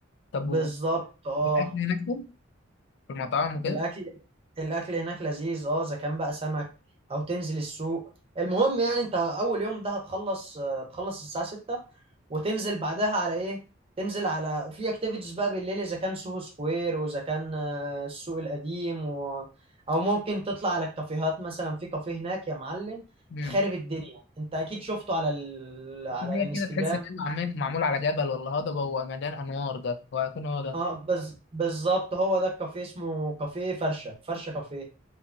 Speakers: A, on the left; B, on the right.
A: طب
B: بالظبط
A: و-
B: اه
A: الاكل هناك حلو؟ في المطاعم وكده
B: الاكل الاكل هناك لذيذ اه اذا كان بقى سمك او تنزل السوق المهم يعني انت اول يوم ده هتخلص آه، تخلص الساعه 6 وتنزل بعدها على ايه تنزل على في اكتيفيتيز بقى بالليل اذا كان سوهو سكوير واذا كان آه، السوق القديم و... او ممكن تطلع على الكافيهات مثلا في كافيه هناك يا معلم
A: امم
B: خارب الدنيا انت اكيد شفته على ال... على
A: هي
B: الانستجرام
A: كده تحس ان هي معمول معمول على جبل ولا هضبة ومليان انوار ده وهيكون هو ده
B: اه بز... بالظبط هو ده الكافيه اسمه كافيه فرشة فرشة كافيه